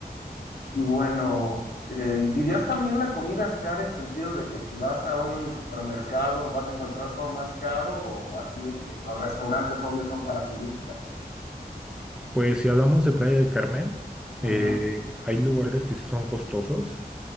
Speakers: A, on the left; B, in the centre.
A: Y bueno, eh, ¿y dirías también la comida es cara en sentido de que si vas a un supermercado vas a encontrar todo más caro o así de que los restaurantes obvios son para turistas?
B: Pues si hablamos de Playa del Carmen,
A: Ujú.
B: eh, hay lugares que sí son costosos,